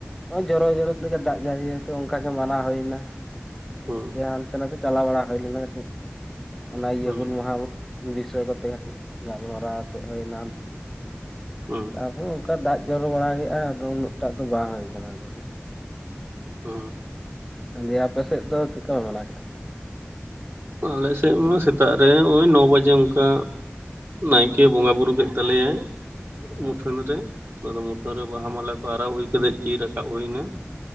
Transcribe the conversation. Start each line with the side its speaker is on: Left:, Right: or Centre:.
Centre: ᱡᱚᱨᱚ-ᱡᱚᱨᱚ ᱛᱮᱜᱮ ᱫᱟᱜ ᱡᱟᱹᱲᱤ ᱟᱛᱮ ᱚᱱᱠᱟ ᱜᱮ ᱢᱟᱱᱟᱣ ᱦᱩᱭᱱᱟ᱾
Right: ᱦᱩᱸ
Centre: ᱦᱟᱱᱛᱮ ᱱᱟᱛᱮ ᱪᱟᱞᱟᱣ ᱵᱟᱲᱟ ᱦᱩᱭ ᱞᱮᱱᱟ ᱠᱟᱹᱴᱤᱡ ᱚᱱᱟ ᱤᱭᱟᱹ
Right: ᱦᱩᱸ
Centre: ᱦᱩᱞ ᱢᱟᱦᱟ ᱵᱤᱥᱚᱭ ᱠᱚᱛᱮ ᱠᱟᱹᱴᱤᱡ ᱜᱟᱞᱢᱟᱨᱟᱣ ᱟᱛᱮᱫ ᱦᱩᱭᱱᱟ
Right: ᱦᱮᱸ
Centre: ᱟᱨᱦᱚᱸ ᱚᱱᱠᱟ ᱫᱟᱜ ᱡᱚᱨᱚ ᱵᱟᱲᱟ ᱠᱮᱫᱼᱟ ᱟᱫᱚ ᱩᱱᱟᱹᱜ ᱴᱟᱜ ᱫᱚ ᱵᱟᱝ ᱦᱩᱭ ᱟᱠᱟᱱᱟ ᱟᱫᱚ
Right: ᱦᱩᱸ
Centre: ᱫᱮ ᱟᱯᱮ ᱥᱮᱫ ᱫᱚ ᱪᱮᱫᱞᱮᱠᱟᱯᱮ ᱢᱟᱱᱟᱣ ᱠᱮᱫᱼᱟ
Right: ᱟᱞᱮᱥᱮᱫ ᱢᱟ ᱥᱮᱛᱟᱜ ᱨᱮ ᱱᱚᱜᱼᱚᱭ ᱱᱚ ᱵᱟᱡᱮ ᱚᱱᱠᱟ ᱱᱟᱭᱠᱮ ᱵᱚᱸᱜᱟ ᱵᱩᱨᱩ ᱠᱮᱫ ᱛᱟᱞᱮᱭᱟᱭ
Centre: ᱦᱮᱸ
Right: ᱢᱩᱴᱷᱟᱹᱱ ᱨᱮ ᱚᱱᱟᱫᱚ ᱢᱩᱴᱷᱟᱹᱱ ᱨᱮ ᱵᱟᱦᱟ ᱢᱟᱞᱟ ᱠᱚ ᱟᱨᱟᱣ ᱦᱩᱭ ᱠᱟᱮᱫ ᱪᱤᱨ ᱨᱟᱠᱟᱵ ᱦᱩᱭ ᱮᱱᱟ